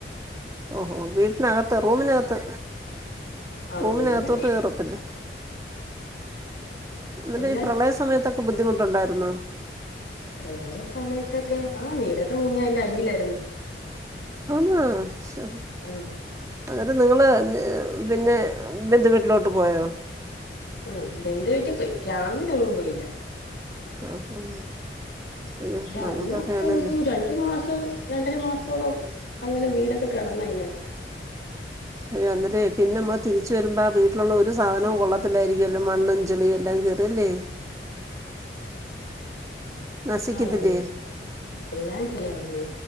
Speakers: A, on the right; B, on the left.
A: ഓഹോ വീട്ടിനകത്ത് റൂമിനകത്ത്
B: ആ
A: റൂമിനകത്തോട്ട്
B: റൂമിനൊക്കെ
A: കേറത്തില്ലെ ന്ന്ട്ട്
B: എല്ലായിടത്തും
A: ഈ പ്രളയ സമയത്തൊക്കെ ബുദ്ധിമുട്ടുണ്ടായിരുന്നോ
B: പ്രളയ സമയത്തൊക്കെ ആ വീടൊക്കെ മുങ്ങി അയ്ന്റെ അടിലാ
A: ആന്നോ ശൊ
B: ആ
A: അന്നേരം നിങ്ങള് പിന്നെ ബന്ധു വീട്ടിലോട്ട് പോയോ?
B: ഉം ബന്ധു വീട്ടി പോയി. ക്യാമ്പിനെങ്ങും പോയില്ല.
A: ആഹ് ആഹ് അയ്യോ
B: പക്ഷെ
A: നമുക്കൊക്കെ
B: അന്ന്
A: ആന്നല്ലേ
B: ഒരു ര ണ്ടു മാസം രണ്ടര മാസത്തോളം അങ്ങനെ വീടൊക്കെ കെടന്നു അയ്നകത്ത്
A: അയ്യോ എന്നിട്ടേ പിന്നെ മ്മള് തിരിച്ചു വരുമ്പോ വീട്ടിലുള്ള ഒരു സാധനവും കൊള്ളത്തിലായിരിക്കൊല്ലോ. മണ്ണും ചളിയും എല്ലാം കേ അല്ലേ നശിക്കത്തില്ലേ
B: ആഹ് എല്ലാം ചെളിയാര്ന്നു.